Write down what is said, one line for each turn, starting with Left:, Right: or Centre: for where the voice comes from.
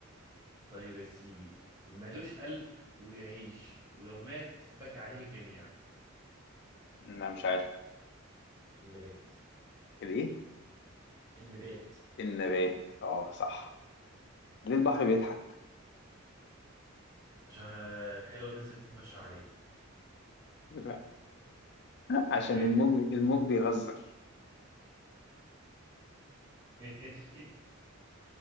Right: طيب يا سيدي ملوش قلب ويعيش ولو مات بكى عليه الجميع
Left: انا مش عارف
Right: النبات
Left: الايه
Right: النبات
Left: النبات اه صح ليه البحر بيضحك
Right: عشان آه، الحلوة نزلت تتمشى عليه
Left: لا عشان
Right: ليه
Left: الموج الموج بيهزر
Right: <laughs> ماشي